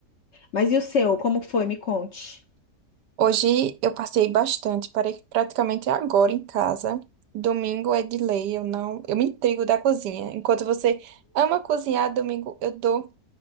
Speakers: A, on the left; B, on the right.
A: Mas e o seu? Como foi? Me conte.
B: Hoje eu passei bastante, parei praticamente agora em casa. Domingo é de lei, eu não, eu me intrigo da cozinha. Enquanto você ama cozinhar, domingo eu dou